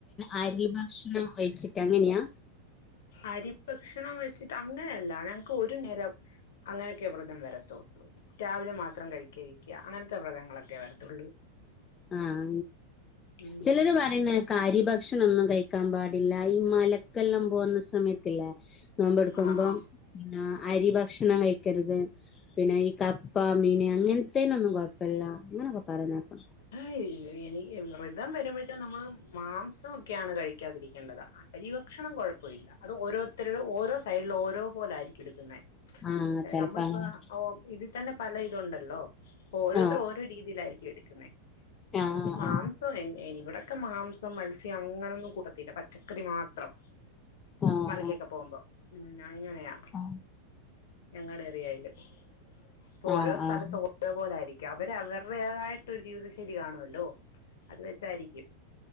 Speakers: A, on the left (about 25°); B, on the left (about 60°).
A: അരിൽ ഭക്ഷണം കഴിച്ചിട്ട് അങ്ങനെയാ
B: അരി ഭക്ഷണം വെച്ചിട്ട് അങ്ങനെയള്ള ഞങ്ങക്ക് ഒരു നേരം അങ്ങനെയൊക്കെ വ്രതം വരത്തുള്ളൂ ടബിലില് മാത്രം കഴിക്കഴിക്കുക അങ്ങനത്തെ വ്രതങ്ങളൊക്കെ വരത്തുള്ളൂ
A: ആഹ
B: ഉം
A: ചിലര് പറയുന്ന കരി ഭക്ഷണൊന്നും കഴിക്കാൻ പാടില്ല ഈ മലക്കെല്ലാം പോകുന്ന സമയത്തില്ല നോമ്പ എടുക്കുമ്പം
B: ആ ആ
A: പിന്ന അരി ഭക്ഷണം കഴിക്കരുത് പിന്നെ ഈ കപ്പ മീൻ അങ്ങനത്തേനൊന്നും കൊഴപ്പില്ല <unintelligible>
B: ആയ് <unintelligible> ഇനി വ്രതം വരുമ്പോഴ്ക്കിനും നമ്മള് മാംസംക്കെയാണ് കഴിക്കാതിരിക്കേണ്ടത് അരിഭക്ഷണം കുഴപ്പല്ല അത് ഓരോരുത്തരുടെ ഓരോ സൈഡില് ഓരോ പോലെ ആയിരിക്കും എടുക്കുന്നെ
A: ആഹ് ചെലപ്പോ
B: നമ്മളിപ്പോ
A: അങ്ങനെ
B: ഒ ഇതി തന്നെ പല ഇതുണ്ടല്ലോ അപ്പൊ ഓരോരുത്തര്
A: ആഹ്
B: ഓരോ രീതിയിലായിരിക്കും എടുക്കുന്നെ
A: ആഹ്
B: അത് മാംസ നി ഇവിടൊക്കെ മാംസം മത്സ്യം അങ്ങനൊന്നും കൂട്ടത്തില്ല പച്ചക്കറി മാത്രം
A: ആഹ് ആഹ്
B: മലക്കൊക്കെ പോകുമ്പം ഉം അങ്ങനെയ
A: ആഹ് ആഹ്
B: ഞങ്ങടെ ഏറിയയില് ഇപ്പൊ ഓരോ
A: ആഹ്
B: സ്ഥലത്ത്
A: ആഹ്
B: ഓരോ പോലെ ആയിരിക്ക അവര് അവരുടേതായ ഒരു ജീവിതം ശരി കാണുല്ലോ അത് വെച്ചായിരിക്കും